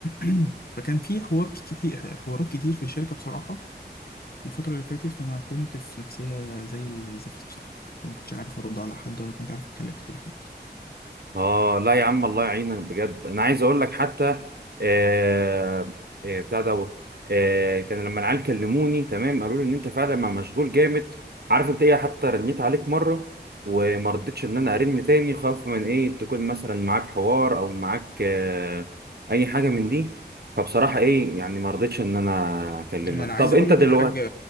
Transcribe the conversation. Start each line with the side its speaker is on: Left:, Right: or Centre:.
Left: <clears throat> فكان في حوار كتير حوارات كتير في الشركة بصراحة الفترة اللي فاتت فما كنت في نفسية زي الزفت بصراحة فما كنتش عارف ارد على حد ولا كنت عارف اتكلم في التليفون <clears throat>
Right: اه لا يا عم الله يعينك بجد انا عايز اقول لك حتى آه آه، بتاع دوت آه كان لما العيال كلموني تمام قالوا لي ان انت فعلا ما مشغول جامد عارف انت ايه حتى رنيت عليك مره وما رضيتش ان انا ارن تاني خوف من ايه تكون مثلا معاك حوار او معاك آه اي حاجه من دي فبصراحه ايه يعني ما رضيتش ان انا اكلمك
Left: انا
Right: طب
Left: عايز
Right: انت
Left: اقول لك
Right: دلوقتي
Left: الحاج